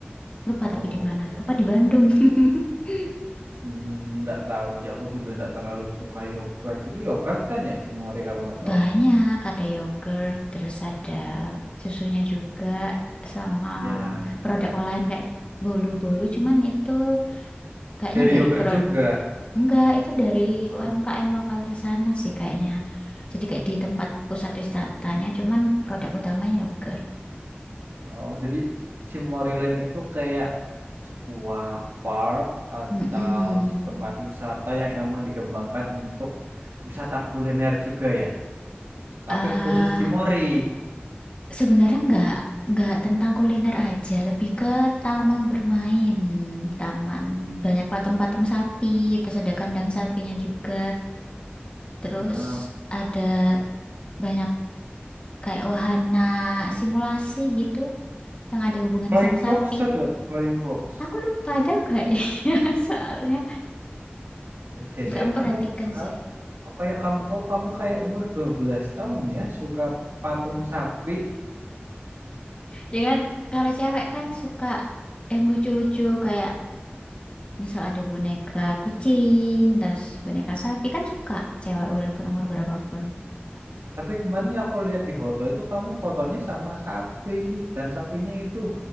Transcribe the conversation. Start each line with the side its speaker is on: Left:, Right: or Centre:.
Left: Lupa
Right: Oh.
Left: tapi di mana? Apa di Bandung? <laughs>
Right: Hmm, Nggak tahu sih, aku juga nggak terlalu suka yogurt. Itu yogurt kan ya, Cimori kalau nggak salah.
Left: Banyak, ada yogurt, terus ada susunya juga, sama
Right: Ya,
Left: produk olahan kayak bolu-bolu, cuman itu kayaknya
Right: Dari
Left: dari
Right: yogurt
Left: pro
Right: juga.
Left: Enggak, itu dari
Right: Hah?
Left: UMKM lokalnya sana sih kayaknya. Jadi kayak di tempat pusat wisatanya, cuman produk utamanya yogurt.
Right: Oh, jadi Cimoryland itu kayak sebuah park atau
Left: Mm-mm.
Right: tempat wisata yang emang dikembangkan untuk wisata kuliner juga ya.
Left: ah
Right: Tapi khusus Cimory.
Left: sebenarnya nggak nggak tentang kuliner aja, lebih ke taman bermain, taman banyak patung-patung sapi, terus ada kandang sapinya juga, terus
Right: Heeh.
Left: ada banyak kayak wahana simulasi gitu yang ada hubungannya
Right: Flying
Left: sama
Right: Fox
Left: sapi.
Right: ada, Flying Fox.
Left: Aku lupa ada enggak <laughs> ya soalnya.
Right: Cece,
Left: nggak memperhatikan
Right: kamu berapa?
Left: sih.
Right: Kok kayak kamu kok kamu kayak umur 12 tahun ya suka patung sapi.
Left: Ya kan kalau cewek kan suka yang lucu-lucu kayak misal ada boneka kucing, terus boneka sapi kan suka cewek walaupun umur berapapun.
Right: Tapi kemarin yang aku lihat di foto itu kamu fotonya sama sapi dan sapinya itu